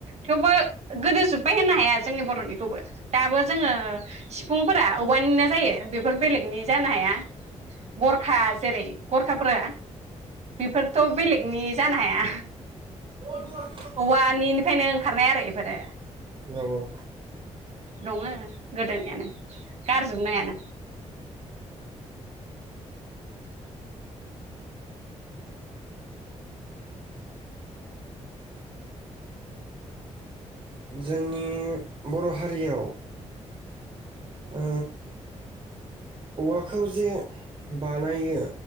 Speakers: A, on the right; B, on the right.
A: थेवबो गोदो जोब्बाय होननो हाया जोंनि बर'निखौबो दाबो जोंङो सिफुंफोरा औवानिनो जायो बेफोर बेलेगनि जानो हाया। गरखा जेरै गरखाफोरा बेफोरथ' बेलेगनि जानो हाया
B: औ
A: औवानिनफ्रायनो ओंखारनाय आरो एफोरो
B: औ औ
A: दङो गोदोनियानो गारजोबनो हायाना
B: जोंनि बर' हारियाव ओ औवाखौ जे बानायो